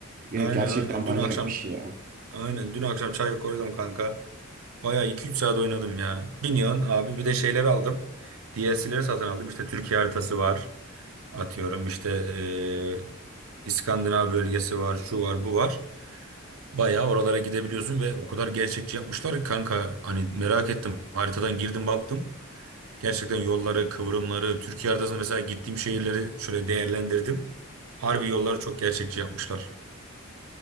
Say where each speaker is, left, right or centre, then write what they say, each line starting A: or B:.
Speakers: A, on the right; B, on the right.
A: Ya
B: Aynen
A: gerçekten
B: aynen.
A: manyak
B: Dün akşam
A: bir şey ya.
B: aynen dün akşam çay koydum kanka. Bayağı iki üç saat oynadım ya. Binion abi bir de şeyler aldım. DLC'leri satın aldım. İşte Türkiye haritası var. Atıyorum işte eee, İskandinav bölgesi var. Şu var bu var. Bayağı oralara gidebiliyorsun ve o kadar gerçekçi yapmışlar ki kanka hani merak ettim. Haritadan girdim baktım. Gerçekten yolları, kıvrımları, Türkiye haritasında mesela gittiğim şehirleri şöyle değerlendirdim. Harbi yolları çok gerçekçi yapmışlar.